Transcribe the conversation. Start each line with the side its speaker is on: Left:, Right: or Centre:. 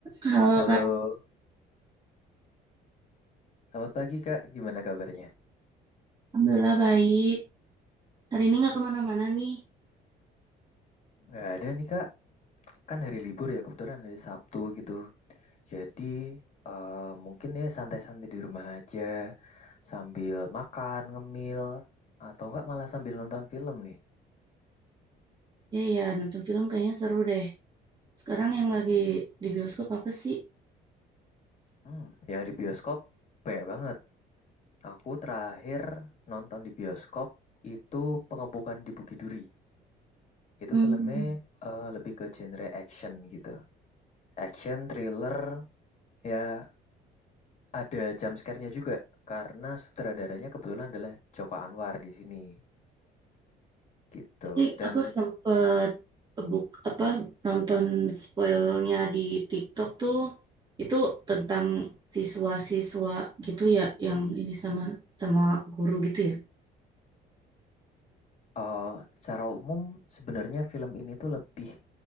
Right: Halo
Left: Halo,
Right: Kak,
Left: selamat pagi Kak. Gimana kabarnya?
Right: Alhamdulillah baik. Hari ini nggak kemana-mana nih.
Left: Nggak ada nih Kak, kan hari libur ya kebetulan hari Sabtu gitu. Jadi eh, mungkin ya santai-santai di rumah aja sambil makan, ngemil, atau nggak malah sambil nonton film nih.
Right: Ya ya, nonton film kayaknya seru deh. Sekarang yang lagi di bioskop apa sih?
Left: Hmm, yang di bioskop banyak banget. Aku terakhir nonton di bioskop itu Pengepungan di Bukit Duri. Itu
Right: Hmm,
Left: filmnya eh, lebih ke genre action gitu. Action, thriller, ya Ada jump scare-nya juga, karena sutradaranya kebetulan adalah Joko Anwar di sini, gitu.
Right: sih
Left: Dan
Right: aku sempet buk apa nonton spoilnya di TikTok tuh itu tentang siswa-siswa gitu ya yang ini sama sama guru gitu ya.
Left: eh, secara umum sebenarnya film ini tuh lebih